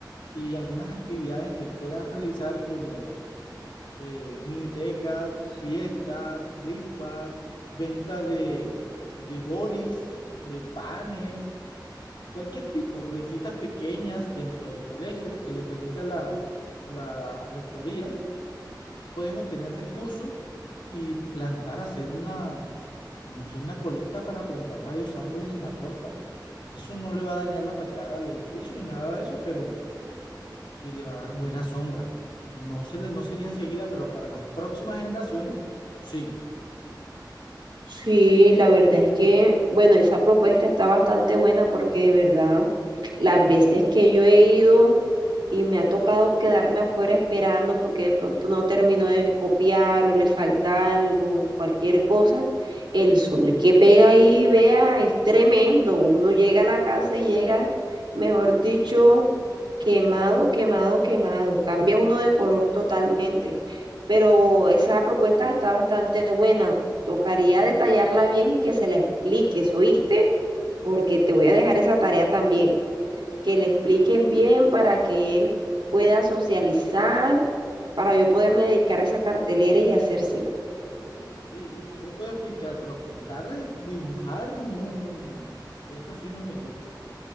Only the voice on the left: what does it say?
y algunas actividades que puedan realizar como eh, minitecas, fiestas, rifas, venta de, de bolis, de panes, cualquier tipo, rifitas pequeñas dentro del colegio que le permita la, la rectoría, pueden obtener recursos y plantar, hacer una, no sé, una colecta para plantar varios árboles en la puerta. Eso no le va a dañar la fachada al edificio ni nada de eso, pero y le va a dar buena sombra. No, se le, no sería enseguida, pero para las próximas generaciones, sí.
Sí, yo le puedo explicar, pero pintar, eh, dibujar, no, no, no. Eso sí no me gusta.